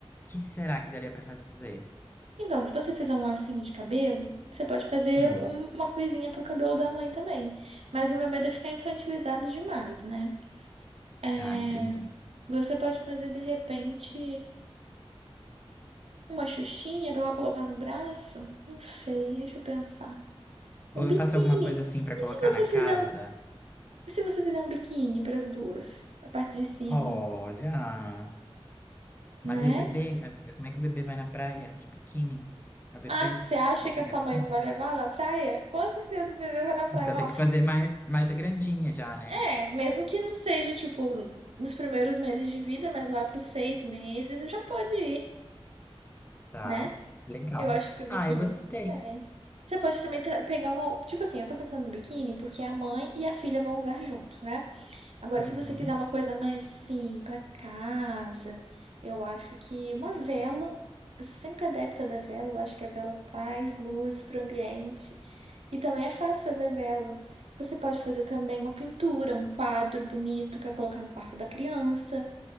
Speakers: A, on the left; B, on the right.
A: que será que daria pra fazer?
B: Então, se você fizer um lacinho de cabelo, você pode fazer
A: Hum,
B: um- uma coisinha pro cabelo da mãe também. Mas o meu medo é ficar infantilizado demais, né? É,
A: tá, entendi.
B: Você pode fazer, de repente, uma xuxinha pra ela colocar no braço? Não sei, deixa eu pensar.
A: Ou
B: Um
A: eu
B: biquíni.
A: faço alguma coisa assim pra
B: E
A: colocar
B: se você
A: na
B: fizer
A: casa?
B: um, e se você fizer um biquíni para as duas, a parte de cima,
A: Olha.
B: né?
A: Mas e o bebê, amiga? Como é que o bebê vai na praia de biquíni? É o bebê
B: Ah, você acha
A: recém-nascido?
B: que essa mãe não vai levar na praia? Com certeza o bebê vai na praia.
A: Então tem que fazer mais, mais grandinha já, né?
B: É, mesmo que não seja, tipo, nos primeiros meses de vida, mas lá para os seis meses já pode ir,
A: Tá,
B: né?
A: legal.
B: Eu acho que o biquíni.
A: Ah, eu gostei.
B: É. Você pode também tra- pegar uma. Tipo assim, eu tô pensando no biquíni porque a mãe e a filha vão usar junto, né? Agora,
A: Uhum.
B: se você quiser uma coisa mais assim, pra casa, eu acho que uma vela, eu sou sempre adepta da vela, eu acho que a vela traz luz pro ambiente. E também é fácil fazer vela. Você pode fazer também uma pintura, um quadro bonito pra colocar no quarto da criança.